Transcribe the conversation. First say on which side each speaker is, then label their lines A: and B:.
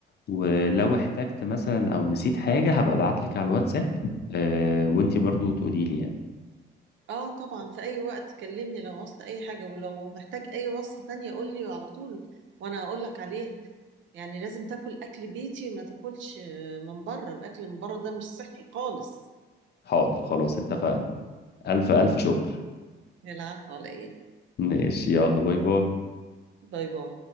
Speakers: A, on the left; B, on the right.
A: ولو احتجت مثلا او نسيت حاجة هبقى ابعتلك على الواتساب آه وانتي برضو تقولي لي يعني
B: اه طبعا في اي وقت كلمني لو عوزت اي حاجه ولو محتاج اي وصفه تانية قول لي على طول وانا اقول لك عليها يعني لازم تاكل اكل بيتي ما تاكلش من بره الاكل من بره ده مش صحي خالص
A: حاضر خلاص اتفقنا ألف ألف شكر
B: العفو على ايه
A: ماشي يلا باي باي
B: باي باي